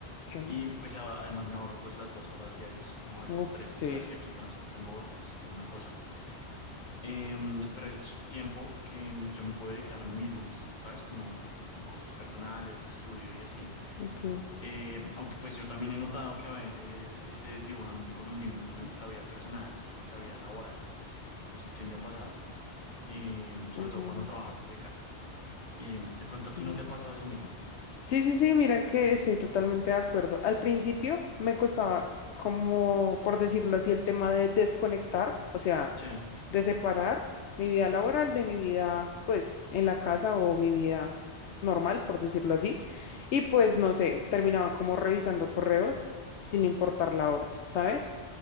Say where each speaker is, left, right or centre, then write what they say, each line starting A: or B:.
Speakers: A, on the left (about 75°); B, on the left (about 40°).
A: Okay.
B: Y pues a- además me ahorro pues las dos horas diarias o a veces
A: Uf,
B: tres.
A: sí.
B: Tú sabes que aquí el transporte en Bogotá es, es una cosa. Em, pero es tiempo que yo me puedo dedicar a mí mismo, ¿sabes? Como en cosas personales, de estudio y así.
A: Okay.
B: Em, aunque pues yo también he notado que a veces se desdibujan un poco los límites, ¿no? Entre la vida personal y la vida laboral. Eso tiende a pasar, em, sobre
A: Ujú,
B: todo cuando trabajas desde casa. Em, de pronto
A: Sí.
B: a ti no te ha pasado eso mismo.
A: Sí, sí, sí, mira que estoy totalmente de acuerdo. Al principio me costaba como, por decirlo así, el tema de desconectar, o sea,
B: Sí,
A: de separar mi vida laboral de mi vida, pues, en la casa o mi vida normal, por decirlo así. Y pues, no sé, terminaba como revisando correos sin importar la hora, ¿sabes?